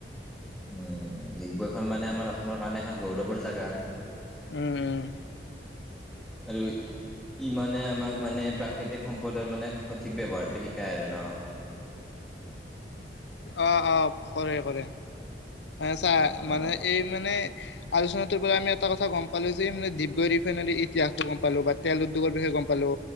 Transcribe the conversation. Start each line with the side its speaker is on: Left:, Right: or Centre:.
Centre: উম ডিগবৈখন মানে আমাৰ অসমৰ কাৰণে এখন গৌৰৱৰ জেগা।
Left: উম-উম।
Centre: আৰু ই মানে আমাক মানে প্ৰাকৃতিক সম্পদৰ মানে সঠিক ব্যৱহাৰটো শিকায় আৰু ন'। <inaudible>
Left: অ', -অ' কৰে, কৰে চা
Centre: অ', অ',
Left: মানে এই মানে আলোচনাটোৰ পৰা আমি এটা কথা গম পালো যে মানে ডিগবৈ ৰিফাইনাৰী ইতিাসতটো গম পালো বা তেল উদ্যোগৰ বিষয়ে গম পালো,